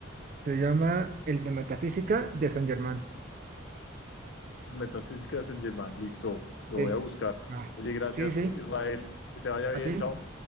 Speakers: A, on the right; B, on the left.
A: Se llama El de Metafísica de San Germán.
B: Metafísica de Saint Germain. Listo, lo
A: Sí,
B: voy a buscar.
A: Ah,
B: Oye, gracias
A: sí, sí,
B: Israel. Que te vaya bien.
A: a ti.
B: Chao.